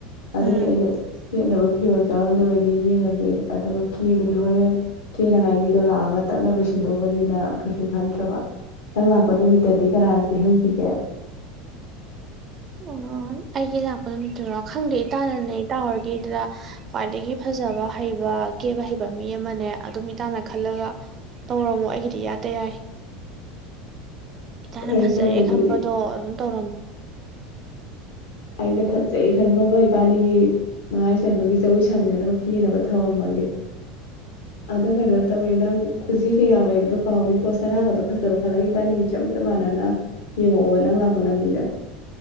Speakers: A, on the left; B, on the right.
A: ꯑꯗꯨꯒꯤ
B: ꯎꯝ
A: ꯑꯩꯅ ꯁꯦꯠꯅꯕ ꯐꯤꯔꯣꯜ ꯆꯥꯔꯣꯜꯗꯣ ꯑꯣꯏꯅ ꯌꯦꯡꯉꯒꯦ ꯑꯗꯨꯒ ꯀꯦꯕꯗꯤ ꯍꯣꯔꯦꯟ ꯀꯦꯅꯉꯥꯏ ꯃꯤꯗꯣ ꯂꯥꯛꯑꯒ ꯓ ꯇꯞꯅ ꯂꯣꯏꯁꯤꯟꯗꯧꯕꯅꯤꯅ ꯀꯩꯁꯨ ꯈꯟꯗ꯭ꯔꯕ ꯅꯪ ꯂꯥꯛꯄ ꯅꯨꯃꯤꯠꯇꯗꯤ ꯀꯅꯥꯅ ꯀꯦꯍꯟꯁꯤꯒꯦ
B: ꯑꯣ ꯑꯩꯒꯤ ꯂꯥꯛꯄ ꯅꯨꯃꯤꯠꯇꯨꯔꯣ ꯈꯪꯗꯦ ꯏꯇꯥꯅꯅꯦ ꯏꯇꯥꯍꯣꯏꯒꯤꯗꯨꯗ ꯈ꯭ꯋꯥꯏꯗꯒꯤ ꯐꯖꯕ ꯍꯩꯕ ꯀꯦꯕ ꯍꯩꯕ ꯃꯤ ꯑꯃꯅꯦ ꯑꯗꯨꯝ ꯏꯇꯥꯥꯟꯅ ꯈꯜꯂꯒ ꯇꯧꯔꯝꯃꯣ ꯑꯩꯒꯤꯗꯤ ꯏꯌꯥꯗ ꯌꯥꯏ ꯏꯇꯥꯅ
A: ꯐꯔꯦ
B: ꯐꯖꯔꯦ
A: ꯐꯔꯦ ꯑꯗꯨꯗꯤ
B: ꯈꯟꯕꯗꯣ ꯑꯗꯨꯝ ꯇꯧꯔꯝꯃꯣ
A: ꯑꯩꯅ ꯐꯖꯩ ꯈꯟꯕ ꯑꯃ ꯏꯕꯥꯏꯅꯤꯒꯤ ꯃꯉꯥꯅꯤ ꯆꯟꯕꯒꯤ ꯖꯒꯣꯏ ꯁꯥꯃꯤꯟꯅꯅꯕ ꯀꯦꯅꯕ ꯊꯃꯝ ꯃꯒꯦ ꯑꯗꯣ ꯀꯩꯅꯣ ꯇꯧꯋꯦ ꯅꯪ ꯈꯨꯖꯤ ꯀꯌꯥꯡ ꯂꯩꯕꯗꯣ ꯀꯥꯎꯅꯤ ꯍꯣ ꯁꯅꯥ ꯒꯗꯣ ꯐꯖꯕ ꯈꯜꯂꯒ ꯏꯕꯥꯅꯤꯒꯤ ꯆꯞꯃ ꯆꯞ ꯃꯥꯟꯅꯅ ꯌꯦꯡꯉꯛꯑꯣꯕ ꯅꯪ ꯂꯥꯛꯄ ꯂꯝꯕꯤꯗ